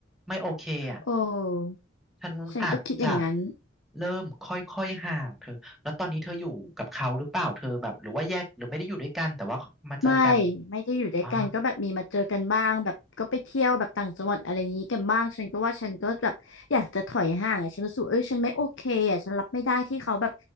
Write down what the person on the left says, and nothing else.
โอ้
ฉันก็คิดอย่างนั้น
ไม่ไม่ได้อยู่ด้วยกันก็แบบมีมาเจอกันบ้าง
แบบก็ไปเที่ยวแบบต่างจังหวัดอะไรอย่างนี้กันบ้างฉันก็ว่าฉันก็แบบอยากจะถอยห่างอ่ะฉันรู้สึกเอ้ยฉันไม่โอเคอ่ะฉันรับไม่ได้ที่เขาแบบ